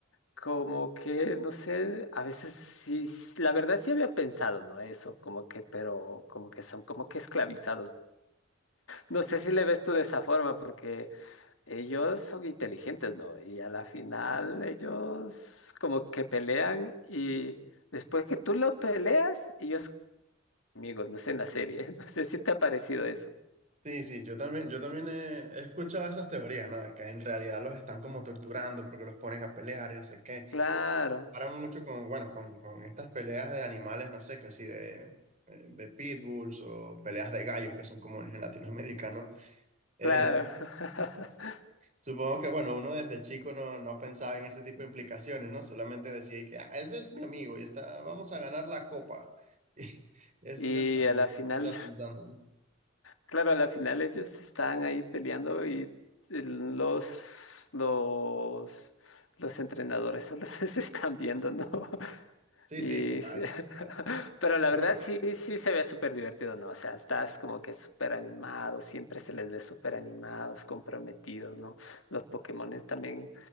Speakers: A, on the left; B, on the right.
A: Como que, no sé, a veces sí, s- la verdad sí había pensado, ¿no? Eso, como que, pero como que son como que esclavizados. No sé si le ves tú de esa forma, porque ellos son inteligentes, ¿no? Y a la final ellos como que pelean y después que tú los peleas, ellos amigos, no sé, en la serie. <laughs> No sé si te ha parecido eso.
B: Sí, sí, yo también, yo también he, he escuchado esas teorías, ¿no? De que en realidad los están como torturando porque los ponen a pelear y no sé qué.
A: Claro,
B: Paran mucho con, bueno, con, con estas peleas de animales, no sé, que sí, de, eh, de pitbulls o peleas de gallos que son comunes en Latinoamérica, ¿no? Eh,
A: claro. <laughs>
B: supongo que, bueno, uno desde chico no, no pensaba en ese tipo de implicaciones, ¿no? Solamente decía que, ah, ese es mi amigo y está, vamos a ganar la copa. <laughs> Y eso
A: Y
B: es en lo,
A: a
B: en
A: la
B: lo
A: final
B: que está pensando, ¿no?
A: Claro, a la final ellos estaban ahí peleando y el- los, los, los entrenadores solo <laughs> se están viendo, ¿no? <laughs>
B: Sí,
A: Y,
B: sí, total.
A: <laughs>
B: total.
A: pero la
B: Y
A: verdad
B: bueno,
A: sí, sí se ve súper divertido, ¿no? O sea, estás como que súper animado, siempre se les ve súper animados, comprometidos, ¿no? Los Pokémones también